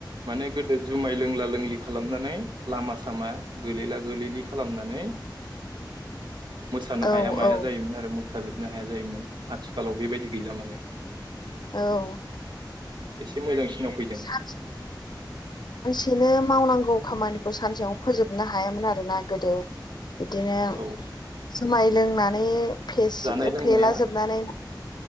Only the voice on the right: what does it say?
माने गोदो जुमाय लोंला लोंलि खालामनानै लामा सामा गोलैला गोलैलि खालामनानै मोसानो
हाया माया
जायोमोन आरो मो साजोबनो हाया जायोमोन आथिखालाव बेबायदि गैला माने
एसे मोजांसिनाव फै
औ
जानाय लोंनाया